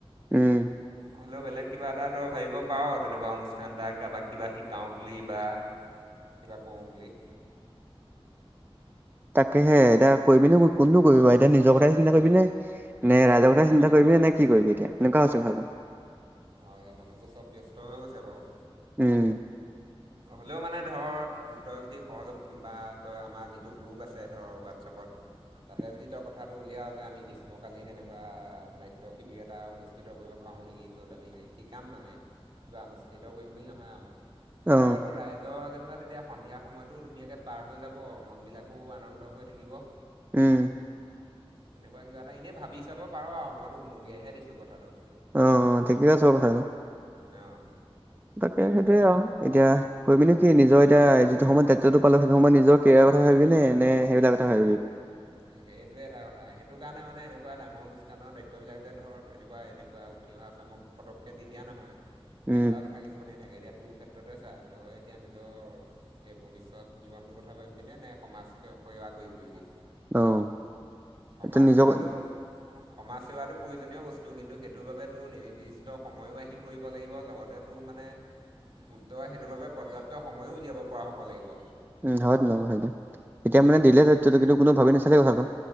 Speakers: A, on the right; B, on the right.
A: উম।
B: হ'লেও বেলেগ কিবা এটা তই ভাবিব পাৰ তেনেকুৱা অনুষ্ঠান এটা কাৰোবাক কিবা শিকাও বুলি বা। কিবা কৰোঁ বুলি।
A: তাকে হে এতিয়া কৈবি নো কোননো। কৰিবা এতিয়া নিজৰ কথাাই চিন্তা কৰিবি নে নে ৰাইজৰ কথা চিন্তা কৰিবিনে নে কি কৰিবি এতিয়া এনেকুৱা হৈ হৈছে ঘৰতো।
B: হয়, মানুহবোৰ চ'ব ব্যস্ত হৈ গৈছে বাৰু।
A: উম।
B: হ'লেও মানে ধৰ তই যদি সহযোগ বা তই আমাৰ যিটো গ্ৰুপ আছে ধৰ হোৱাটছএপত।
A: <inaudible>
B: তাতে যদি তেওঁ কথ কথাটো উলিয়াওঁ যে আমি গ্ৰীষ্মকালীন এনেকুৱা নাট্য শিবিৰ এটা অনুষ্ঠিত কৰিব পাৰোঁ নেকি য'ত আমি শিকাম মানে কিবা অনুষ্ঠিত কৰিম বুলি নহয় আৰু,
A: অ
B: ধৰাতো ৰাইজৰ যেনিবা তেতিয়া সন্ধিয়া সময়টো ধুনীয়াকৈ পাৰ হৈ যাব মনবিলাকো আনন্দ হৈ থাকিব।
A: উম।
B: তেনেকুৱা কিবা এটা এনে ভাবি চাব পাৰোঁ আৰু মইতো ওনুকিয়াহে দিছোঁ কথাটো।
A: অ', অ', ঠিকে আছে কথাটো।
B: অ'।
A: তাকে সেইটোৱে আৰু এতিয়া কৰিবি নে কি নিজৰ এতিয়া যিটো সময়ত দায়িত্ব পালোঁ সেইটো সময়ত নিজৰ কেৰিয়াৰ কথা ভাবিবি নে নে সেইবিলাক কথা ভাবিবি।
B: সেইটোৱে এটা কথা সেইটো কাৰণে মানে এনেকুৱা ডাঙৰ অনুষ্ঠানৰ দায়িত্ববিলাক যে ধৰ এনেকুৱা এনেকুৱা উঠি অহা চামক পতককে দি দিয়া নহয়,
A: উম
B: এনেকুৱা কথা কিছ কিছুমানে থাকে এতিয়া তোৰ ক্ষেত্ৰতে চা তই এতিয়া নিজৰ এই ভৱিষ্যত জীৱনটোৰ কথা ভাব <unintelligible> নে সমাজকে সেৱা কৰি ফুৰিবি।
A: অ'।
B: সমাজ
A: এতিয়া নিজৰ
B: সেৱাটো
A: উম
B: সমাজ সেৱাটো প্ৰয়োজনীয় বস্তু কিন্তু সেইটোৰ বাবেতো নিৰ্দিষ্ট সময়ো আহি পৰিব লাগিব লগতে তোৰ মানে, তই সেইটোৰ বাবে পৰ্যাপ্ত সময়ো উলিয়াব পৰা হ'ব লাগিব।
A: উম, <unintelligible> সেইটো এতিয়া মানে দিলে দায়িত্ব কিন্তু কোনো ভাবি নাচছিলে কথাটো,